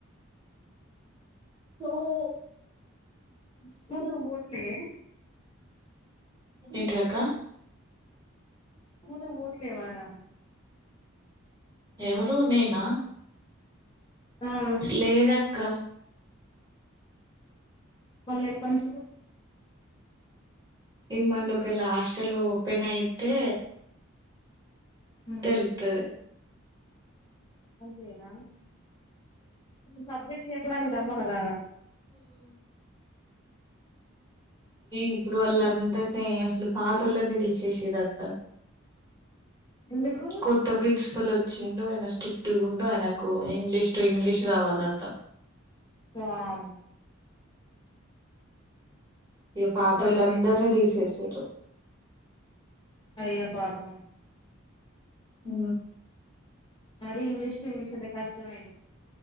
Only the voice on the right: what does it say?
ఉ ఊ
ఎంటిదక్క
ఎవరు నేనా
లేదక్క
ఇగ మల్లొకెలా హాస్టెల్ ఓపెనయితే
తెలుతది
ఇప్పుడు వాళ్ళంతా పే అసలు పాతోళ్ళని తీసేసిర్రంట
కొత్త ప్రిన్స్ పల్ వచ్చిండు ఆయన స్ట్రిక్ట్ ఉండు ఆయనకు ఇంగ్లీష్ టు ఇంగ్లీష్ కావాలంట
ఇగ పాతోళ్ళందరిని
తీసేసి చ
ఉ